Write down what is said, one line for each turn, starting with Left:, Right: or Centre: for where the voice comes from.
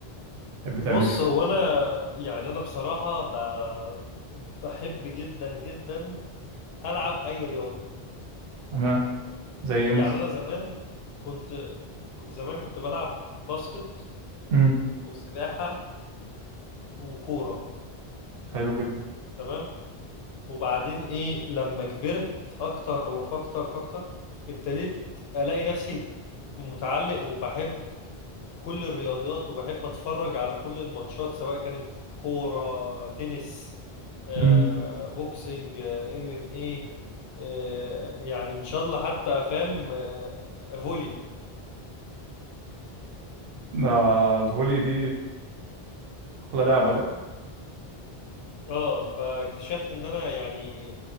Right: تحب تعمل
Left: بص
Right: ايه
Left: هو انا يعني انا بصراحة ب... بحب جدا جدا العب اي رياضة
Right: تمام زي ايه مثلا
Left: يعني انا زمان كنت زمان كنت بلعب باسكت
Right: امم
Left: وسباحة وكورة
Right: حلو جدا
Left: تمام وبعدين ايه لما كبرت اكتر وفاكتر فاكتر ابتديت الاقي نفسي متعلق وبحب كل الرياضيات وبحب اتفرج على كل الماتشات سواء كانت كورة تنس آه،
Right: امم
Left: بوكسنج ام ام ايه آه، يعني ان شاء الله حتى فاهم آه، فولي
Right: ده الفولي دي احلى لعبة تقريبا
Left: اه فاكتشفت ان انا يعني